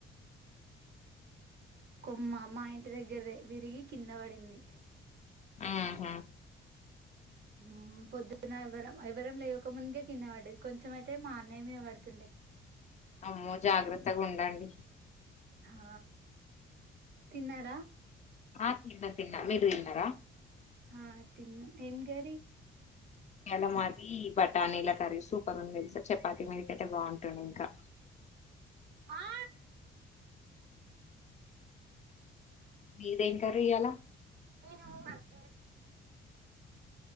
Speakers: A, on the right (about 55°); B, on the left (about 35°).
A: కొమ్మ మా ఇంటి దగ్గరదే విరిగి కింద పడింది.
B: మ్ హ
A: హ్మ్మ్ పొద్దున ఎవరం ఎవ్వరం లేవకముందుకే కింద పడ్డది. కొంచెం అయితే, మా అన్నయ్య మీద పడుతుండె.
B: అమ్మో జాగ్రత్తగుండండి.
A: హా తిన్నార?
B: ఆ తిన్న తిన్న మీరు తిన్నార?
A: ఆ తిన్నాం ఏం గర్రి
B: ఇయాల మాది బటానీల కర్రీ సూపర్ ఉంది తెలుసా చపాతి మీదిక్ కయితే బాగుంటుండె ఇంకా
A: ఆ
B: మీదేం కర్రీ ఇయ్యాల
A: నేనూ అర్జెంట్